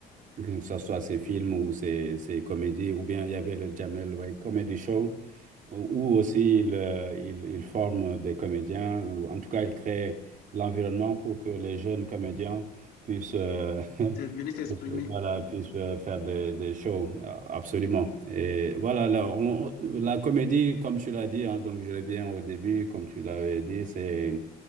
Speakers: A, on the right; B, on the left.
A: que ce soit ses films ou ses, ses comédies, ou bien il y avait le Jamel ouais, Comedy Show ou aussi ils, euh, ils- ils forment des comédiens, ou en tout cas, ils créent l'environnement pour que les jeunes comédiens puissent, euh, <laughs>
B: C'est venir s'exprimer,
A: puissent, euh, voilà,
B: Mhm.
A: puissent euh, faire des, des shows, a- absolument. Et voilà, là, on- la comédie, comme tu l'as dit, hein, donc je reviens au début, comme tu l'avais dit, c'est...